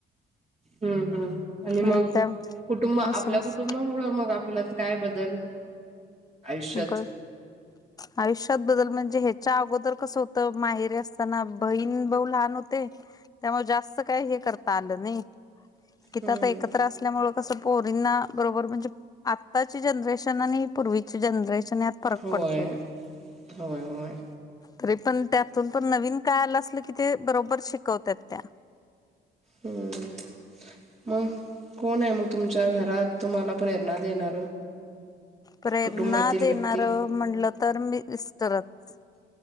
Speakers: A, on the right; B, on the left.
A: हम्म हम्म आणि मग
B: हम्म त्या
A: कुटुंब, आपल्या
B: म समस
A: कुटुंबामुळे मग आप आपल्यात काय बदल. आयुष्यात.
B: बर आयुष्यात बद्दल म्हणजे हेच्या अगोदर कसं होतं, माहेरीे असताना बहीण भाऊ लहान होते. त्यामुळे जास्त काय हे करता आलं नाही. इथं
A: हम्म.
B: आता एकत्र असल्यामुळे कस पोरींना बरोबर म्हणजे आत्ताची जनरेशन आणि, पूर्वीचे जनरेशन यात फरक
A: होय
B: पडतोय.
A: होय होय
B: तरी पण त्यातून पण नवीन काय आलं असल की ते बरोबर शिकवत्यात त्या.
A: हम्म मग कोण आहे मग, तुमच्या घरात तुम्हाला प्रेरणा देणार.
B: प्रेरणा
A: कुटुंबातील
B: देणार
A: व्यक्ती
B: म्हटलं तर मी तरचं